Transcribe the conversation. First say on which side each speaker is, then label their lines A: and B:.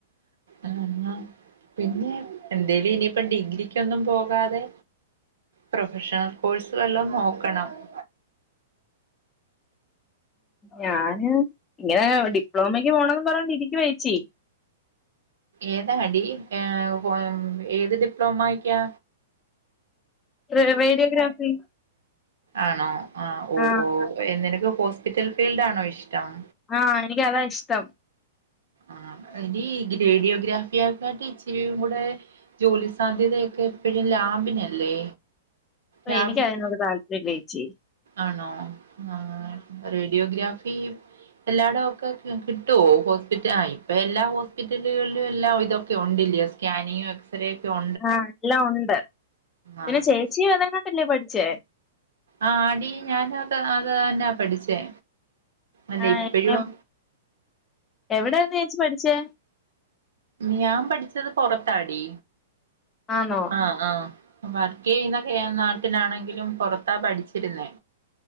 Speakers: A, on the right; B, on the left.
A: ഉം പിന്നെ എന്തേലും ഇനിപ്പ ഡിഗ്രിക്ക് ക്കൊന്നും പോകാതെ പ്രൊഫഷണൽ കോഴ്സ് വല്ലം നോക്കണം. <inaudible>
B: ഞാന് ഇങ്ങനെ ഡിപ്ലോമക്ക് പോണന്ന് പറന്ന് ഇരിക്ക ചേച്ചി
A: ഏതാ ടി ഏ ഉം ഏത് ഡിപ്ലോമയിക്കാ.
B: റേ റേഡിയോഗ്രാഫി
A: ആണോ ആഹ് ഓഹ്
B: ആ
A: ഓഹ് നിനക്ക് ഹോസ്പിറ്റൽ ഫീൽഡണോ ഇഷ്ടം
B: ആഹ് എനിക്കതാ ഇഷ്ടം
A: ആഹ് എടി റേഡിയോഗ്രാഫിയക്കാട്ട് ഇച്ചരിങ്കുടെ ജോലി സാധ്യതയൊക്കെ എപ്പഴും ലാബിനല്ലേ
B: ഓഹ്
A: ലാബ്
B: എനിക്കതിനോട് താല്പര്യല്ലേച്ചി
A: ആണോ ആഹ് റേഡിയോഗ്രാഫി എല്ലാടൊവോക്കെ കിട്ടുവോ ഹോസ്പിറ്റ ആഹ് ഇപ്പോ എല്ലാ ഹോസ്പിറ്റലുക കളിലും എല്ലാവിതൊക്കെ ഉണ്ട്ല്ലേ സ്കാനിങ്ങും എക്സറെക്കെ ഒ
B: ആഹ് എല്ലാം ഒണ്ട് പിന്നെ
A: ആഹ്
B: ചേച്ചി അതെങ്ങാണ്ടല്ലേ പഠിച്ചേ
A: ആഹ് ടി ഞാൻ അത് അത് തന്നാ പഠിച്ചേ അല്ല
B: ആഹ്
A: ഇപ്പഴും
B: എവടര്ന്ന് ചേച്ചി പഠിച്ചേ?
A: ഞാൻ പഠിച്ചത് പൊറത്താടി
B: ആന്നോ?
A: ആഹ് ആഹ് വർക്ക് ചെയ്യുന്നൊക്കെ ഞാൻ നാട്ടിലാണെങ്കിലും പൊറത്താ പഠിച്ചിരുന്നേ